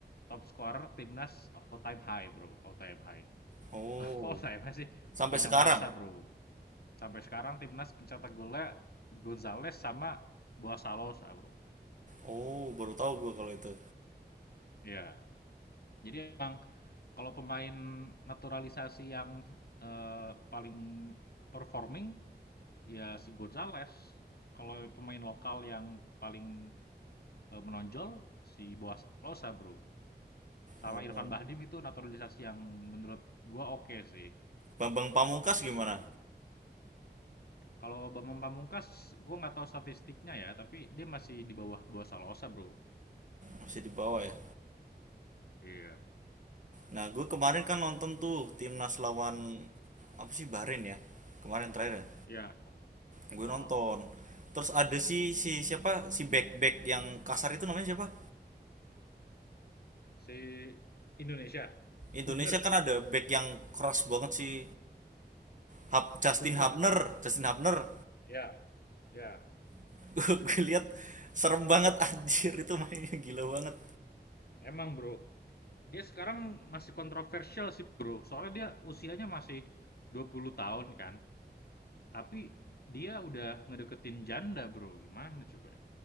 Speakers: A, on the left; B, on the right.
A: top scorer timnas all time high, Bro, all time high.
B: Oh
A: <laughs> Kok all time high sih?
B: Sampai
A: Sepanjang
B: sekarang
A: masa, Bro. Sampai sekarang timnas pencetak golnya Gonzales sama Boa Salosa, Bro.
B: Oh baru tahu gua kalau itu
A: ya Jadi emang kalau pemain naturalisasi yang eh, paling performing ya si Gonzales. Kalau pemain lokal yang paling eh, menonjol si Boa Salosa, Bro. Sama
B: Oh
A: Irfan Bahdim itu naturalisasi yang menurut gua oke sih.
B: Bambang Pamungkas
A: Gitu,
B: gimana?
A: Bro. Kalau Bambang Pamungkas, gua nggak tahu statistiknya ya, tapi dia masih di bawah Boa Salosa, Bro.
B: Masih di bawah ya
A: Iya.
B: Nah gue kemarin kan nonton tuh timnas lawan Apa sih Bahrain ya Kemarin terakhir ya
A: Ya.
B: Gue
A: Oh.
B: nonton Terus ada si si siapa si back back yang kasar itu namanya siapa?
A: Si Indonesia,
B: Indonesia
A: Hubner,
B: kan ada back yang keras banget sih. Hap, Justin
A: Hubner.
B: Hapner, Justin Hapner.
A: Ya. Ya.
B: <laughs> gue lihat serem banget <laughs> anjir itu mainnya gila banget.
A: Emang, Bro. Dia sekarang masih kontroversial sih, Bro. Soalnya dia usianya masih 20 tahun kan. Tapi dia udah ngedeketin janda, Bro. Gimana coba?